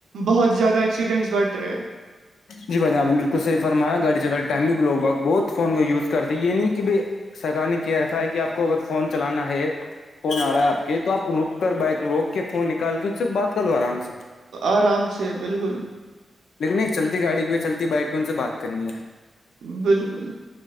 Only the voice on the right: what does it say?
بہت زیادہ ایکسیڈنٹس بٹھ رہے ہیں
آرام سے بالکل
بالکل